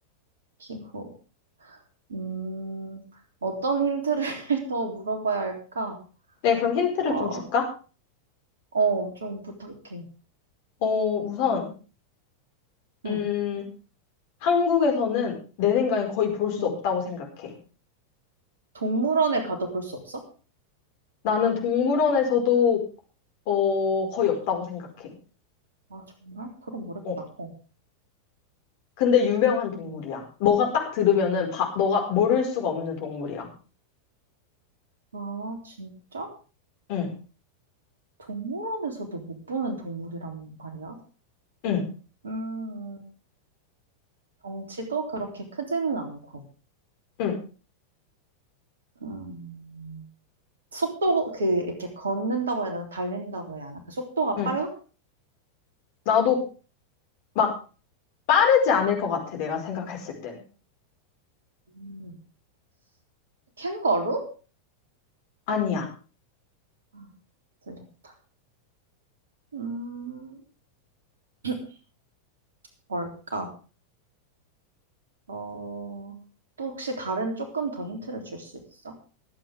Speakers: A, on the right; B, on the left.
A: 기후. 음, 어떤 힌트를 <laughs> 더 물어봐야 할까?
B: 네, 그럼 힌트를
A: 어,
B: 좀 줄까?
A: 어, 좀 부탁해.
B: 어, 우선, 음,
A: 응,
B: 한국에서는 내 생각엔 거의 볼 수
A: 응.
B: 없다고 생각해.
A: 동물원에 가도 볼 수 없어?
B: 나는 동물원에서도, 어, 거의 없다고 생각해.
A: 아, 정말? 그럼 어렵다.
B: 어.
A: 어.
B: 근데 유명한 동물이야.
A: 음.
B: 너가 딱 들으면은 바, 너가 모를 수가 없는 동물이야.
A: 아, 진짜?
B: 응,
A: 동물원에서도 못 보는 동물이란 말이야?
B: 응,
A: 음, 덩치도 그렇게 크지는 않고.
B: 응,
A: 음. 속도, 그, 이렇게 걷는다고 해야 되나? 달린다고 해야 하나? 그 속도가
B: 응.
A: 빨라?
B: 나도 막 빠르지 않을 것 같아. 내가 생각했을 땐.
A: 음, 캥거루?
B: 아니야.
A: 아, 들렸다. 음, <clears throat> 뭘까? 어, 또 혹시 다른 조금 더 힌트를 줄 수 있어?